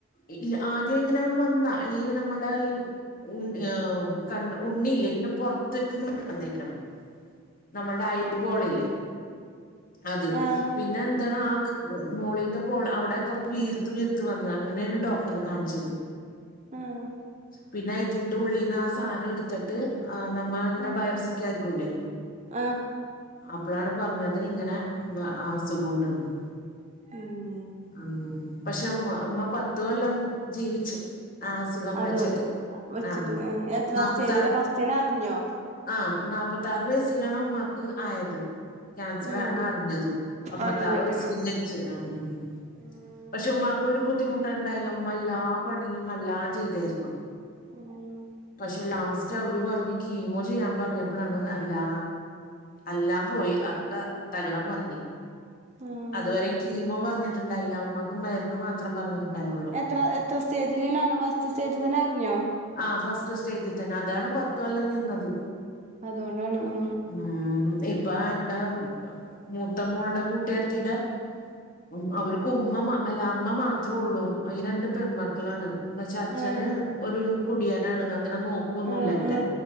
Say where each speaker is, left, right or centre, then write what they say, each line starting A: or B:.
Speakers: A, on the left; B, on the right.
A: ഇല്ല ആദ്യം എങ്ങനെ ഒന്ന് വന്നാ ഈ നമ്മുടെ ഈ ഉം എഹ് കണ് ഉണ്ണിയില്ലേ ഇങ്ങനെ പൊറത്തേക്ക് ഇങ്ങന വന്നേക്കണ് നമ്മൾട ഐബോളില്ലേ അത്
B: ആഹ്
A: പിന്നെ എന്താണ് ആ ക മോളിൽത്ത പോല അവിടേക്ക വീർത്ത് വീർത്ത് വന്ന് അങ്ങനേണ് ഡോക്ടറെ കാണിച്ചത്
B: ആഹ്
A: പിന്നെ ഇതിന്റെ ഉള്ളീന്ന് ആ സാധനം എടുത്തിട്ട് ആ നമ്മ അങ്ങനെ
B: ആഹ്
A: ബയോപ്സിക് അയക്കൂല്ലേ
B: ആഹ്
A: അപ്പഴാണ് പറഞ്ഞത് ഇങ്ങനെ അ അസുഖമുണ്ടെന്ന്
B: ഉം
A: ആ പക്ഷെ ഉമ്മ ഉമ്മ പത്തു കൊല്ലം ജീവിച്ച് ആ അസുഖം
B: അതുകൊണ്ട്
A: വെച്ചിട്ട്
B: വെച്ചിട്ട്
A: ആഹ്
B: എത്രാം
A: നാപ്പത്ത
B: സ്റ്റേജിലാ ഫസ്റ്റ്ന്നെ അറിഞ്ഞോ
A: ആഹ് നാപ്പത്താറ് വയസ്സിലാണ് ഉമ്മാക്ക് ആയത് ക്യാൻസറാണാ
B: ഉം
A: അറിഞ്ഞത് അമ്പത്താറു
B: അറിഞ്ഞത്
A: വയസ്സില്
B: ആ
A: മരിച്ച് ആ ഊം
B: ഉം
A: പക്ഷെ ഉമ്മാക്ക് ഒരു ബുദ്ധിമുട്ട ഇണ്ടല്ല ഉമ്മ എല്ലാപണിയും എല്ലാം ചെയ്തരുന്നു
B: ഉം
A: പക്ഷെ ലാസ്റ്റ് അവര് പറഞ്ഞ് കീമോ ചെയ്യാൻ പറഞ്ഞപ്പളാണ് അല്ലാ എല്ലാം പോയി എക്ക തകിടം മറിഞ്ഞ്
B: ഉം
A: അതുവരേം കീമോ പറ പറഞ്ഞിട്ടുണ്ടായില്ല ഉമ്മാക്ക് മരുന്നു മാത്രം പറഞ്ഞിട്ടുണ്ടായോള്ളൂ
B: എത്ര എത്ര സ്റ്റേജിൽആണ് ഫസ്റ്റ് സ്റ്റേജിൽ തന്നെ അറിഞ്ഞോ
A: ആഹ് ഫസ്റ്റ് സ്റ്റേജിൽ തന്നെ അതാണ് പത്ത് കൊല്ലം നിന്നത്
B: അതുകൊണ്ടാണ് ആ
A: ഉം ഇപ്പ എന്റ മൂത്ത മോളുടെ കൂട്ടുകാരത്തീട ഉം അവർക്ക് ഉമ്മ മാ അല്ല അമ്മ മാത്രോള്ളൂ ആയ് രണ്ട് പെൺമക്കളാണ് പക്ഷെ അച്ഛന്
B: ആ
A: ഒരു കുടിയനാണ് അങ്ങനെ നോ ഒന്നുല്ല
B: ആ
A: ഇവരെ
B: ആ